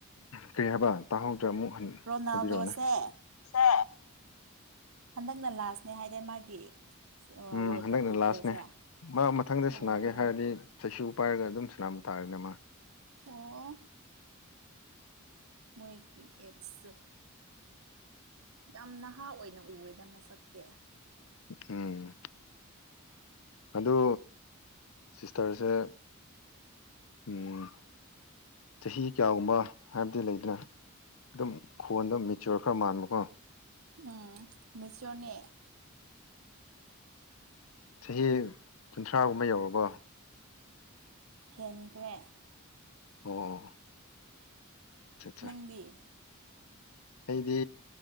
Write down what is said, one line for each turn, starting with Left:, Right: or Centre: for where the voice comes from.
Left: ꯀꯔꯤ ꯍꯥꯏꯕ ꯇꯥꯍꯧꯗ꯭ꯔꯦ ꯑꯃꯨꯛ ꯍꯟ
Right: ꯔꯣꯅꯥꯜꯗꯣꯁꯦ
Left: ꯍꯥꯏꯕꯤꯔꯛꯑꯣꯅꯦ ꯁꯦ
Right: ꯍꯟꯗꯛꯅ ꯂꯥꯁꯅꯦ ꯍꯥꯏꯗꯥꯏ ꯃꯥꯒꯤ ꯋꯥꯔꯜ
Left: ꯎꯝ ꯍꯟꯗꯛꯅ
Right: ꯀꯞꯀꯤ
Left: ꯂꯥꯁꯅꯦ
Right: ꯄ꯭ꯂꯦꯁꯦ
Left: ꯃꯥ ꯃꯊꯪꯗ
Right: ꯑꯣ
Left: ꯁꯥꯅꯒꯦ ꯍꯥꯏꯔꯗꯤ ꯆꯩꯁꯨ ꯄꯥꯏꯔꯒ ꯑꯗꯨꯝ ꯁꯅꯥꯕ ꯇꯥꯔꯦꯅꯦ ꯃꯥ
Right: ꯑꯣ ꯃꯣꯏꯒꯤ ꯑꯦꯛꯁꯦ ꯌꯥꯝꯅ ꯅꯍꯥ ꯑꯣꯏꯅ ꯎꯋꯦꯗ ꯃꯁꯛꯇꯤ
Left: ꯎꯝ ꯑꯗꯨ ꯁꯤꯁꯇ꯭ꯔꯁꯦ ꯎꯝ ꯆꯍꯤ ꯀꯌꯥꯒꯨꯝꯕ ꯍꯥꯏꯕꯗꯤ ꯂꯩꯗꯅ ꯑꯗꯨꯝ ꯈꯣꯟ ꯑꯗꯨꯝ ꯃꯦꯆ꯭ꯨꯌꯣꯔ ꯈ꯭ꯔ ꯃꯥꯟꯕꯀꯣ
Right: ꯎꯝ ꯃꯦꯆ꯭ꯨꯌꯣꯔꯅꯦ
Left: ꯆꯍꯤ ꯀꯨꯟꯊ꯭ꯔꯥꯒꯨꯝꯕ ꯌꯧꯔꯕꯣ
Right: ꯍꯦꯟꯈ꯭ꯔꯦ
Left: ꯑꯣ ꯑꯠꯆꯥ ꯑꯠꯆꯥ
Right: ꯅꯪꯗꯤ
Left: ꯑꯩꯗꯤ